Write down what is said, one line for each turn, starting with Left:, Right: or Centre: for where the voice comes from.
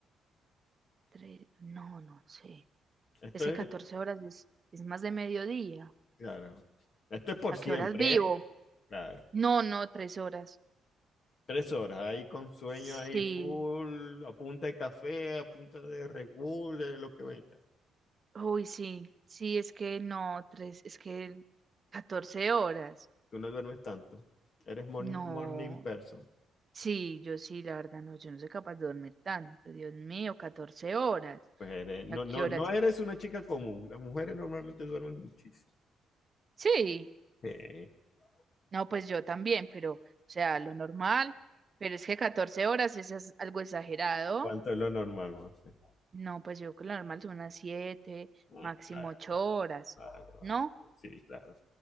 Right: tres, no, no sé.
Left: Esto
Right: Es que
Left: es,
Right: 14 horas es, es más de mediodía.
Left: claro. Esto es por
Right: ¿A
Left: siempre,
Right: qué horas vivo?
Left: ¿eh? Claro.
Right: No, no, tres horas.
Left: Tres horas ahí con sueño
Right: Sí,
Left: ahí full, a punta de café, a punta de Red Bull, de lo que venga.
Right: uy, sí, sí, es que no, tres, es que 14 horas.
Left: Tú no duermes tanto. Eres morning,
Right: No,
Left: morning person.
Right: sí, yo sí, la verdad, no, yo no soy capaz de dormir tanto, Dios mío, 14 horas.
Left: Pues eres- no,
Right: ¿Y a qué
Left: no,
Right: horas?
Left: no eres una chica común. Las mujeres normalmente duermen muchísimo.
Right: Sí,
Left: <laughs>
Right: no, pues yo también, pero, o sea, lo normal, pero es que 14 horas eso es algo exagerado.
Left: ¿Cuánto es lo normal, Mafe?
Right: No, pues yo creo que lo normal son unas 7,
Left: Ah,
Right: máximo
Left: vale,
Right: ocho
Left: vale,
Right: horas,
Left: vale, vale.
Right: ¿no?
Left: Sí, claro.